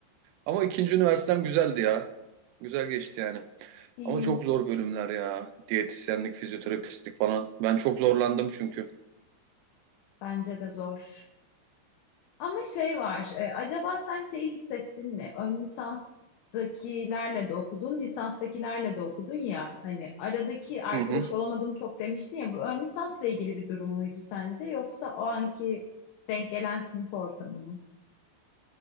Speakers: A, on the right; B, on the left.
A: Ama ikinci üniversitem güzeldi ya. Güzel geçti yani.
B: İyi.
A: Ama çok zor bölümler ya. Diyetisyenlik, fizyoterapistlik falan. Ben çok zorlandım çünkü.
B: Bence de zor. Ama şey var. e, acaba sen şeyi hissettin mi? Ön lisanstakilerle de okudun, lisanstakilerle de okudun ya. Hani aradaki arkadaş
A: Hı hı.
B: olamadım çok demiştin ya. Bu ön lisansla ilgili bir durum muydu sence? Yoksa o anki denk gelen sınıf ortamı mı?